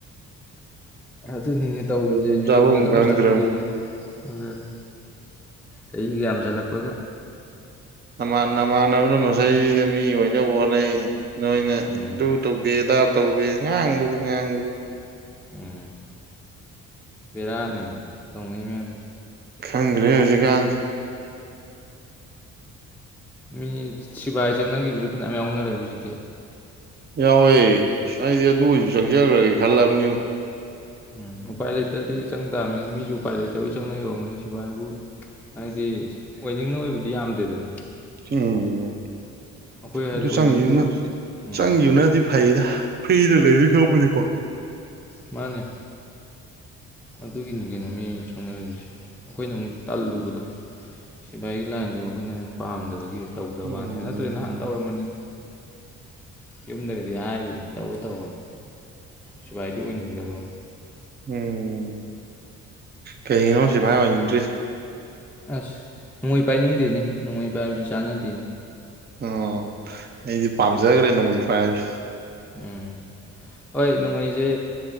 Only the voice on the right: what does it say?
ꯂꯩꯐꯝ
ꯆꯥꯐꯝ
ꯈꯪꯗ꯭ꯔꯕ
ꯅꯥꯟ ꯅꯃꯥꯟꯅꯕꯅ ꯃꯁꯩꯗ ꯃꯤ ꯑꯣꯏꯅꯕ ꯍꯣꯠꯅꯩ ꯅꯣꯏꯅ
ꯇꯧꯗꯦꯗꯥ ꯇꯧꯕꯗꯦ ꯉꯥꯡꯕꯗꯨ ꯉꯥꯡꯕꯗ
ꯈꯪꯈ꯭ꯔꯦ ꯍꯧꯖꯤꯛꯀꯥꯟ
ꯌꯥꯎꯋꯦ ꯉꯥꯏꯗꯤ ꯑꯗꯨ ꯑꯣꯏꯁꯨ ꯆꯪꯖꯈ꯭ꯔꯒꯦ ꯈꯜꯂꯕꯅꯤ
ꯎꯝ
ꯑꯗꯨ
ꯆꯪꯉꯅ
ꯆꯪꯈꯤꯕꯅꯗꯤ ꯐꯩꯗ ꯐ꯭ꯔꯤꯗ ꯂꯩꯗꯣꯏ ꯈꯧꯕꯅꯤꯀꯣ
ꯎꯝ
ꯎꯝ ꯀꯩꯒꯤꯅꯣ ꯁꯤꯐꯥꯏ ꯑꯣꯏꯅꯤꯡꯗ꯭ꯔꯤ
ꯑꯣ ꯑꯩꯗꯤ ꯄꯥꯝꯖꯈ꯭ꯔꯦ ꯅꯣꯡꯃꯩ ꯄꯥꯏꯔꯁꯤ